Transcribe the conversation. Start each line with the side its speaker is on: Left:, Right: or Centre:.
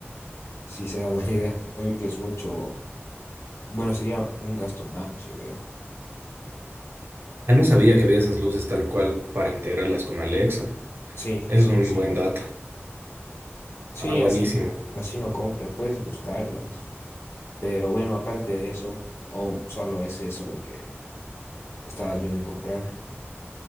Left: si sea <laughs> buena idea. Oye, que es mucho, bueno, sería un gasto más, yo veo.
Right: Ah, no sabía que había esas luces tal cual para integrarlas con Alexa.
Left: Sí,
Right: Eso
Left: sí,
Right: es un
Left: sí,
Right: buen
Left: hay.
Right: dato.
Left: Sí,
Right: Ah, buenísimo.
Left: así, así no compras, puedes buscarlas. Pero bueno, aparte de eso, o solo es eso lo que estabas viendo en comprar. <laughs>